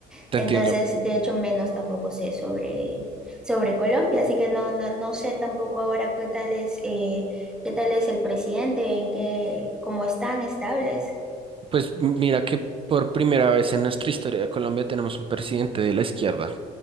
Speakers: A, on the right; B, in the centre.
A: Te
B: entonces,
A: entiendo.
B: de hecho, menos tampoco sé sobre, sobre Colombia, así que no, no, no sé tampoco ahora qué tal es, eh, qué tal es el presidente, en qué, cómo están estables.
A: Pues mira que por primera vez en nuestra historia de Colombia tenemos un presidente de la izquierda.